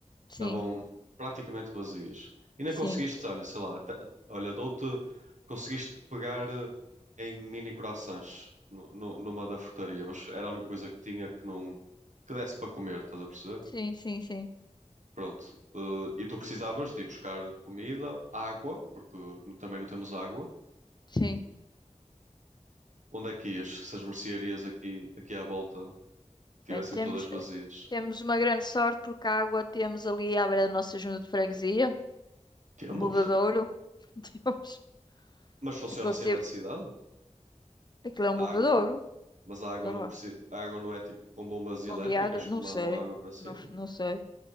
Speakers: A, on the left (about 35°); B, on the right (about 75°).
A: sim,
B: estavam praticamente vazias. E não
A: sim,
B: conseguiste, olha, sei lá, até- olha, dou-te, conseguiste pegar eh, em mini croissants nu- nu- numa da frutaria, mas era a única coisa que tinha que não, que desse para comer, estás a perceber?
A: sim, sim, sim,
B: Pronto. eh, e tu precisavas de ir buscar comida, água, porque n- também não temos água.
A: sim.
B: Onde é que ias? Se as mercearias aqui, aqui à volta tivessem
A: Bem, temos,
B: todas vazias?
A: eh, temos uma grande sorte porque a água temos ali à beira da nossa junta de freguesia,
B: Temos,
A: um bebedouro.
B: temos.
A: <laughs> Temos.
B: Mas funciona
A: Aquilo,
B: sem
A: se-
B: eletricidade?
A: aquilo é um
B: A
A: bebedouro,
B: água, mas a água
A: sei
B: não
A: lá,
B: precisa, a água não é tipo com bombas
A: bombeada,
B: elétricas
A: não
B: que mandam
A: sei,
B: água para cima?
A: não, f- não sei.